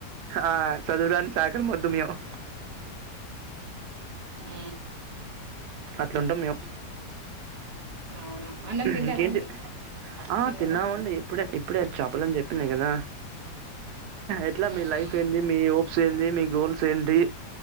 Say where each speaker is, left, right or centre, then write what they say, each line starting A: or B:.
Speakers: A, on the right; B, on the right.
A: ఆ చదురాని సా ఇక్కడ మొత్తం ఏమో
B: ఊ
A: అట్లు ఉంటామ్ మేము
B: అవునా అన్నం తిన్నారా
A: ఇంకే ఎంటి
B: అండి
A: ఆ
B: తిన్నారా
A: తిన్నామ్ అండి ఎప్పుడే ఇప్పుడే చాపల లేన్ చేప్పి అటనే కదా ఎట్లా
B: ఉమ్
A: మీ లైఫ్
B: ఉమ్
A: ఏంది మీ ఓ సేంది మీ గోల్స్ ఎంటి